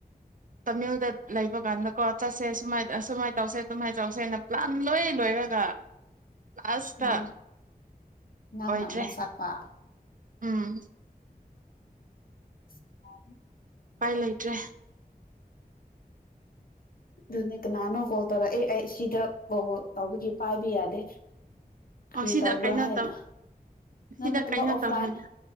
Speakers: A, on the right; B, on the left.
A: ꯇꯥꯃꯤꯜꯗ ꯂꯩꯕ ꯀꯥꯟꯗꯀꯣ ꯆꯠꯁꯦ ꯁꯨꯃꯥꯏ ꯁꯨꯃꯥꯏꯅ ꯇꯧꯁꯦ ꯑꯗꯨꯃꯥꯏꯅ ꯇꯧꯁꯦꯅ ꯄ꯭ꯂꯥꯟ ꯂꯣꯏ ꯂꯣꯏꯔꯒ ꯂꯥꯁꯇ
B: ꯅꯪ ꯅꯪꯅ
A: ꯑꯣꯏꯗ꯭ꯔꯦ
B: ꯑꯃꯨꯛ ꯆꯠꯄ
A: ꯎꯝ
B: <inaudible>
A: ꯏꯄꯥꯏ
B: ꯄꯨꯔꯛꯑꯦ
A: ꯂꯩꯇ꯭ꯔꯦ
B: ꯑꯗꯨꯅꯦꯛ ꯅꯥꯅꯣ ꯀꯣ ꯇ ꯑꯦ ꯑꯥꯏ ꯁꯤꯗ ꯍꯣ ꯑꯗꯨꯒꯤ ꯄꯥꯏꯕ ꯌꯥꯗꯦ ꯀꯔꯤ
A: ꯑꯣ ꯁꯤꯗ
B: ꯇꯧꯕ꯭ꯔꯥ
A: ꯀꯩꯅꯣ
B: ꯍꯥꯏꯅ
A: ꯇꯧ
B: ꯅ
A: ꯁꯤꯗ
B: ꯅꯠꯇꯕ
A: ꯀꯩꯅꯣ
B: ꯑꯣꯐꯂꯥꯏꯟ
A: ꯇꯧꯈ꯭ꯔꯦꯗ